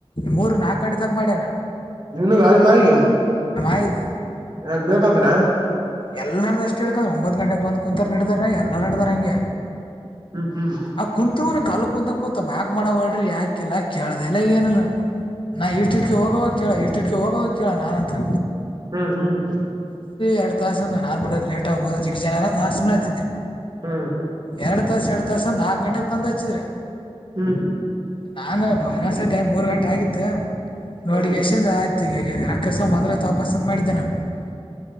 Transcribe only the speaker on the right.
ನಿನು ಗಾಡಿ <inaudible> ಮಾಡಗ
ಯಾಗ್ ಬೇಕಂದ್ರ
ಹ್ಮ್ ಹ್ಮ್
ಹ್ಮ್ ಹ್ಮ್
ಹ್ಮ
ಹ್ಮ್
ಹ್ಮ್ ಹ್ಮ್ ಹ್ಮ್